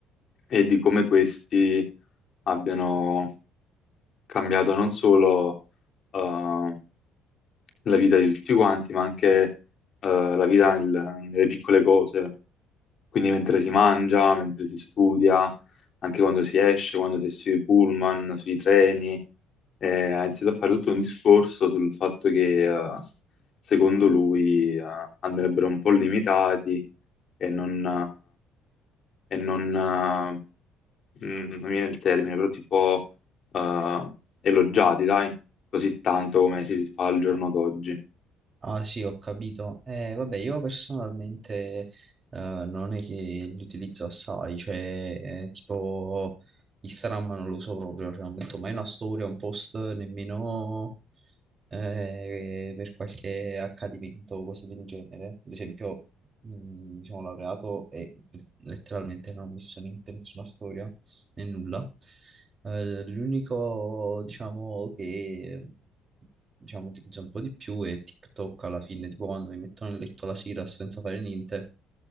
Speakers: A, on the left (about 50°); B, on the right (about 35°).
A: e di come questi abbiano cambiato non solo eh, la vita di tutti quanti, ma anche eh, la vita nel- nelle piccole cose. Quindi mentre si mangia, mentre si studia, anche quando si esce, quando si è sui pullman, sui treni, eh, ha iniziato a fare tutto un discorso sul fatto che eh, secondo lui eh, andrebbero un po' limitati e non, eh, e non, eh, mm, non mi viene il termine, però tipo eh, elogiati, dai, così tanto come si fa al giorno d'oggi.
B: Ah sì, ho capito. Eh, vabbè, io personalmente eh, non è che li utilizzo assai, cioè eh, tipo Instagram non lo uso proprio, cioè non metto mai una storia, un post, nemmeno eh, per qualche accadimento o cose del genere. Ad esempio, mh, mi sono laureato e letteralmente non ho messo niente, nessuna storia né nulla. Eh, l'unico, diciamo, che diciamo, utilizzo un po' di più è TikTok alla fine, tipo quando mi metto nel letto la sera senza fare niente